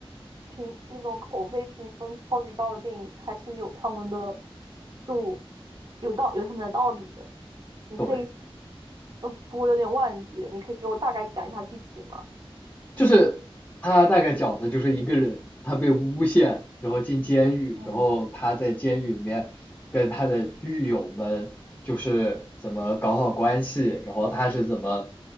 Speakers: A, on the right (about 45°); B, on the left (about 20°).
A: 评那种口碑评分超级高的电影，还是有他们的就有道有他们的道理的。你可以，
B: 对，
A: 呃，不过有点忘记了，你可以给我大概讲一下剧情吗？
B: 就是他大概讲的就是一个人，他被诬陷，然后进监狱，
A: 嗯
B: 然后他在监狱里面跟他的狱友们就是怎么搞好关系，然后他是怎么